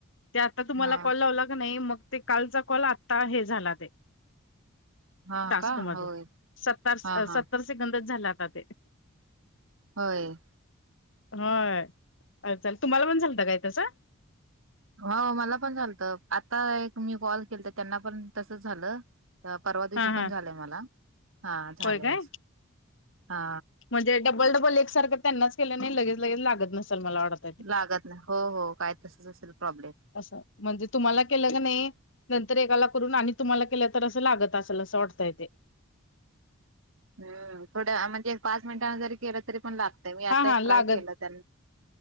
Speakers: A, on the left (about 60°); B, on the right (about 70°).
A: ते आता तुम्हाला
B: हा
A: कॉल लावला का नाही मग ते कालचा कॉल आता हे झाला ते
B: हा
A: टास्क
B: का
A: मध्ये
B: होय
A: सतर
B: हा
A: सत्तर
B: हा
A: सेकंदच झालं आता ते
B: होय.
A: होय हालचाल, तुम्हांला पण झालंत काय तसं?
B: हो मला पण झालतं आता एक मी कॉल केलता त्यांना पण तसचं झालं. परवा दिवशी
A: हा
B: पण
A: हा
B: झालंय मला हा झालंय
A: होय काय
B: हा
A: म्हणजे डबल डबल एक सारखं त्यांनाच केलं नाही लगेच लगेच लागत नसेल मला वाटतं
B: लागत नाही हो हो काय तसंच असेल प्रॉब्लेम
A: असं म्हणजे तुम्हाला केलं का नाही नंतर एकाला करून आणि तुम्हांला केलं तर असं लागत असेल असं वाटतयं ते
B: हं थोड्या म्हणजे पाच मिनटांन जरी केलं तरी पण लाग मी
A: हा
B: आता
A: हा
B: एक
A: लागत
B: ट्राय केलं त्यां